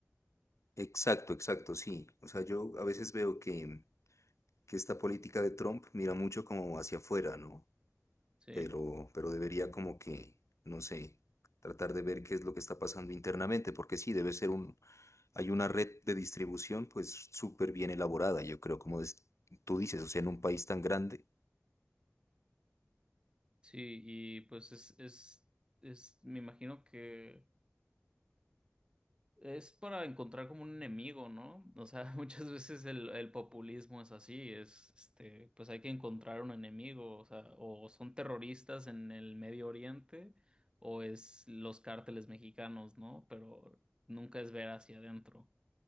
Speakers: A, on the left; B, on the right.
A: Exacto, exacto, sí. O sea, yo a veces veo que, que esta política de Trump mira mucho como hacia afuera, ¿no?
B: Sí,
A: pero, pero debería como que, no sé, tratar de ver qué es lo que está pasando internamente, porque sí, debe ser un, hay una red de distribución pues súper bien elaborada, yo creo, como des- tú dices, o sea, en un país tan grande,
B: sí, y pues es, es, es, me imagino que... Es para encontrar como un enemigo, ¿no? O sea, <laughs> muchas veces el, el populismo es así, es, este, pues hay que encontrar un enemigo, o sea, o son terroristas en el Medio Oriente, o es los cárteles mexicanos, ¿no? Pero nunca es ver hacia adentro.